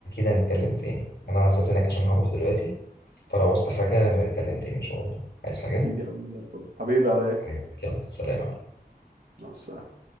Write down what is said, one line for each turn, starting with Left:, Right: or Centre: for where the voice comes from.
Left: هنتكلم تاني أنا هستأذنك عشان هروح دلوقتي فلو عوزت حاجة نبقى نتكلم تاني إن شاء الله عايز حاجة؟
Right: اكيد يا عم زي الفل حبيبي على ايه
Left: عايز يلا سلام
Right: مع السلامة